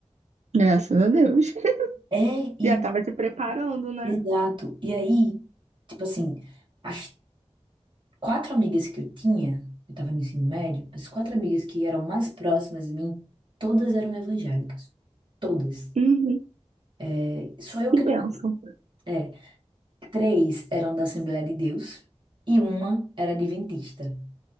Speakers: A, on the right; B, on the right.
A: Graças a Deus. <laughs>
B: É, e
A: Já estava te preparando, né?
B: exato. E aí, tipo assim, as quatro amigas que eu tinha, eu tava no ensino médio, as quatro amigas que eram mais próximas de mim, todas eram evangélicas. Todas.
A: Uhum,
B: É, só eu
A: que
B: que
A: bênção.
B: não. É, três eram da Assembleia de Deus e uma era adventista.